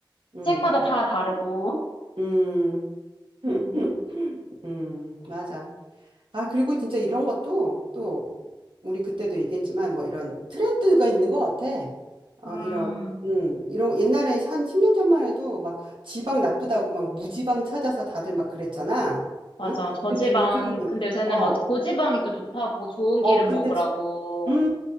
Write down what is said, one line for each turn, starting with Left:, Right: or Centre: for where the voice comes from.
Right: 음,
Left: 책마다 다 다르고.
Right: 음, <laughs>
Left: 음,
Right: 음, 맞아. 아, 그리고 진짜 이런 것도 또 우리 그때도 얘기했지만 뭐 이런 트렌드가 있는 것 같아.
Left: 음,
Right: 어, 이런, 음, 이런 옛날에 한 10년 전만 해도 막 지방 나쁘다고 막 무지방 찾아서 다들 막 그랬잖아.
Left: 맞아.
Right: 어?
Left: 저지방,
Right: 근데 요즘은,
Left: 근데 요새는
Right: 어,
Left: 막 고지방이 또 좋다고 좋은
Right: 어,
Left: 기름
Right: 근데,
Left: 먹으라고.
Right: 지- 음,